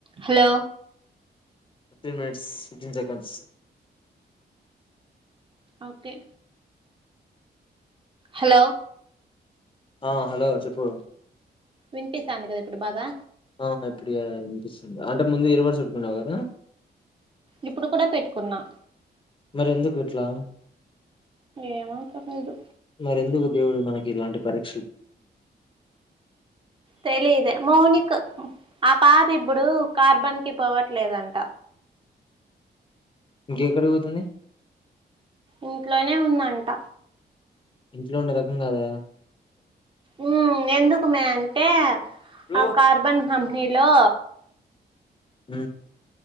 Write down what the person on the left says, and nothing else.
fifteen minutes fifteen seconds
ఆ hello చెప్పు
ఆ ఇప్పుడు ఇడ వినిపిస్తుంది అంటే ముందు ఇయర్ ఫోన్స్ పెట్టుకున్నావ్ కదా
మరి ఎందుకు ఇట్లా
మరి ఎందుకు దేవుడు మనకి ఇలాంటి పరిక్
ఇంకేక్కడికి పోతుంది
ఇంట్లో ఉండే రకం కాదే
బ్రో
హు